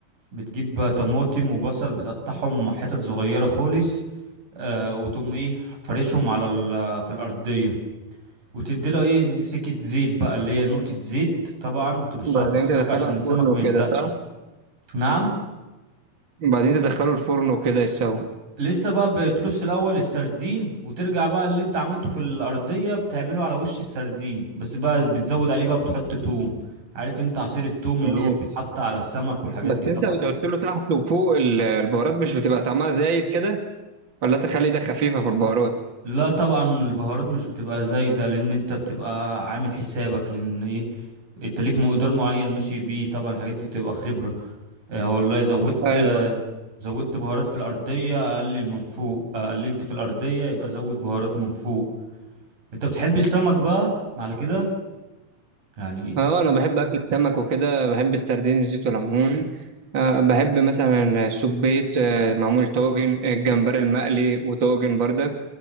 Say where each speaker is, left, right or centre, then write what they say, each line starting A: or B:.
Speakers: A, on the right (about 55°); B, on the right (about 35°).
A: بتجيب بقى طماطم وبصل بتقطعهم حتت صغيرة خالص آه، وتقوم ايه فرشهم على ال- في الأرضية وتدي له ايه سكة زيت بقى اللي هي نقطة زيت طبعا ترشها
B: وبعدين
A: في السوق
B: تدخله
A: عشان
B: الفرن
A: السمك
B: وكده
A: ما يلزقش
B: صح
A: نعم
B: وبعدين تدخله الفرن وكده يستوي
A: لسه بقى بترص الاول السردين وترجع بقى اللي انت عملته في الارضيه بتعمله على وش السردين بس بقى بتزود عليه بقى بتحط توم عارف انت عصير التوم اللي
B: امم
A: هو بيتحط على السمك والحاجات
B: بس
A: دي طبعا
B: انت بتحط له تحت وفوق ال- البهارات مش بتبقى طعمها زايد كده ولا انت خلي ده خفيفه في البهارات
A: لا طبعا البهارات مش بتبقى زايده لان انت بتبقى عامل حسابك لان ايه انت ليك مقدار معين ماشي بيه طبعا الحاجات دي بتبقى خبره اه والله زودت
B: ايوه
A: زودت بهارات في الارضيه اقلل من فوق اه قللت في الارضيه يبقى زود بهارات من فوق انت بتحب السمك بقى على كده يعني
B: اه انا بحب اكل السمك وكده بحب السردين زيت وليمون أه بحب مثلا السبيط آه، معمول طاجن آه، الجمبري المقلي وطاجن برضك